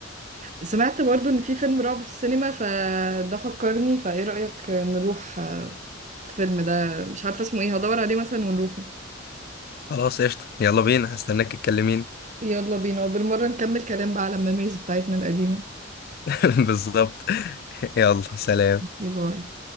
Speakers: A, on the right; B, on the left.
A: سمعت برضو ان في فيلم رعب في السينما فده فكرني فايه رأيك نروح آه، الفيلم ده مش عارفة اسمه ايه هدور عليه مثلا ونروحه
B: خلاص قشطة يلا بينا هستناك تكلميني
A: يلا بينا وبالمرة نكمل كلام بقى على الميموريز بتاعتنا القديمة
B: <laughs> بالظبط يلا سلام
A: باي